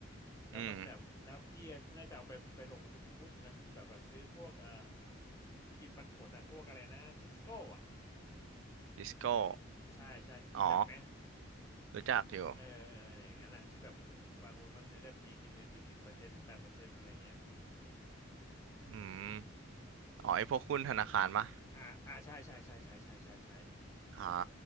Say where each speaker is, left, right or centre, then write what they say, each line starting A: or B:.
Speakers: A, on the left; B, on the right.
A: แล้วมันแบบแล้วพี่น่าจะเอาไปไปลงทุนหุ้นนะแบบแบบซื้อพวกเอ่อ
B: อืม
A: กินปันผลอ่ะพวกอะไรนะทิสโก้อ่ะ
B: ดิสโก้
A: ใช่ใช่รู้จักไหม
B: อ๋อรู้จักอยู่
A: เออเอออะไรอย่างนั้นแหละที่แบบโหบางคนก็ซื้อกันทีกินกันทีสิบเปอร์เซ็นต์แปดเปอร์เซ็นต์อะไรอย่างเงี้ย
B: อืมอ๋อไอพวกหุ้นธนาคารปะ
A: อ่าอ่าใช่ใช่ใช่ใช่ใช่ใช่ใช่
B: อ่า